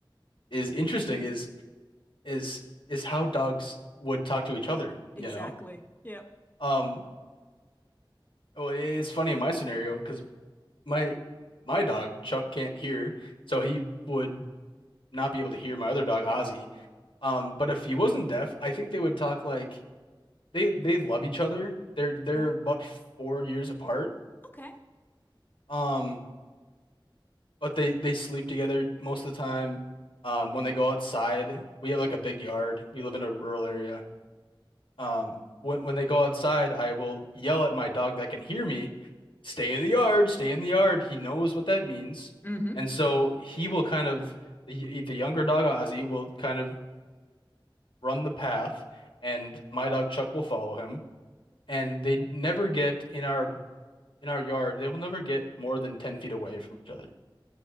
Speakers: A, on the left (about 70°); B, on the left (about 20°).
A: is interesting is is is how dogs would talk to each other, you
B: Exactly.
A: know?
B: Yep.
A: Um, oh, it's funny in my scenario because my my dog Chuck can't hear, so he would not be able to hear my other dog, Ozzy. Um, but if he wasn't deaf, I think they would talk like they they love each other. They're they're
B: Okay.
A: about four years apart.
B: Okay.
A: Um, but they they sleep together most of the time. Um, when they go outside, we have like a big yard. We live in a rural area. Um, when when they go outside, I will yell at my dog that can hear me, stay in the yard, stay in the yard. He knows what that means.
B: Mm-hmm.
A: And so he will kind of the, the younger dog Ozzy will kind of run the path, and my dog Chuck will follow him. And they never get in our in our yard. They will never get more than ten feet away from each other.